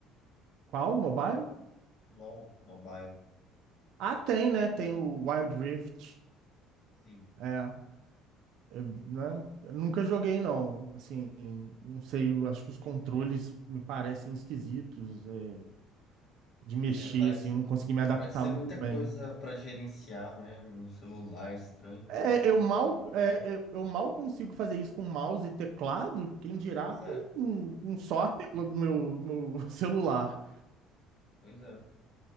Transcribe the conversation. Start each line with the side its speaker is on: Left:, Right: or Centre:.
Right: Qual? Mobile?
Left: LoL Mobile.
Right: Ah, tem, né? Tem o Wild Rift.
Left: Sim.
Right: É. Eu, né, eu nunca joguei, não. Assim, não sei, eu acho que os controles me parecem esquisitos, é, de mexer,
Left: É, parece,
Right: assim, eu não consegui me adaptar
Left: parece ser
Right: muito
Left: muita
Right: bem.
Left: coisa pra gerenciar, né? No celular, estranho.
Right: É, eu mal, é, eu, eu mal consigo fazer isso com mouse e teclado, quem dirá
Left: Pois
Right: com,
Left: é,
Right: com só a tela do meu, do meu <laughs> celular.
Left: pois é.